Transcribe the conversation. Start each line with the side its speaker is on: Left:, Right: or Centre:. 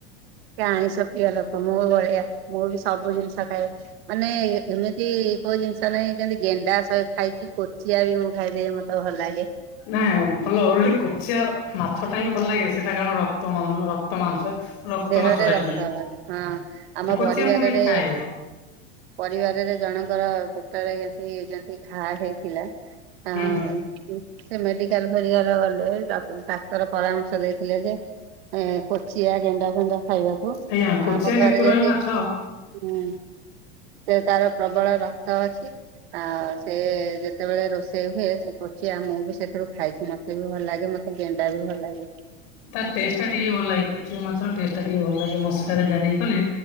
Right: କ ଆଇଁଷ ପ୍ରିୟ ଲୋକ ମୁଁ ବି ବଢିଆ ମୁଁ ବି ସବୁ ଜିନିଷ ଖାଏ ମାନେ ଏମିତି କୋଉ ଜିନିଷ ନାହିଁ ଯେମିତି ଗେଣ୍ଡା ସ ଖାଇଛି କୋଚିଆ ବି ମୁଁ ଖାଇଦିଏ ମତେ ଭଲ ଲାଗେ।
Left: ନାଇଁ ଭଲ ଓଲ କୋଚିଆ ମାଛ ଟା ହିଁ ଭଲ ଲାଗେ ସେଟା କାରଣ ରକ୍ତ ରକ୍ତ ମାଂସ। ରକ୍ତ
Right: ଦେହରେ
Left: ମାଛ ଟା
Right: ରକ୍ତ
Left: ଟିକେ
Right: ହଁ ଆମ
Left: କୋଚିଆ
Right: ପରିବାରରେ
Left: ମୁଁ ବି ଖାଏ
Right: ପରିବାରରେ ଜଣଙ୍କର ପେଟରେ କେମତି ଯେମତି ଘା ହେଇଥିଲା ଆଉ
Left: ହୁଁ ହୁଁ
Right: ସେ ମେଡିକାଲ ଫେରିଗଲା ଗଲେ ଡାକ୍ତର ପରାମର୍ଶ ଦେଇଥିଲେ ଯେ ଏ କୋଚିଆ ଗେଣ୍ଡା ଫେଣ୍ଡା ଖାଇବାକୁ
Left: ଆଜ୍ଞା କୋଚିଆ
Right: ଆମ
Left: ନେତୁର
Right: ଘରେ ଯଦି
Left: ହିଁ ମାଛ
Right: ହଁ ତ ତାର ପ୍ରବଳ ରକ୍ତ ଅଛି। ଆଉ ସେ ଯେତେବେଳେ ରୋଷେଇ ହୁଏ ସେ କହୁଛି ଆ ମୁଁ ବି ସେଥିରୁ ଖାଇଛି ମତେ ମତେ ବି ଭଲ ଲାଗେ ମତେ ଗେଣ୍ଡା ବି ଭଲ ଲାଗେ।
Left: ତାର ଟେଷ୍ଟ ଟା ଟିକେ ଭଲ ଲାଗେ କୁଚିଆ ମାଛର ଟେଷ୍ଟ ଟା ଟିକେ ଭଲ ଲାଗେ ମସଲା ରେ ଜାରି ହେଇ କଲେ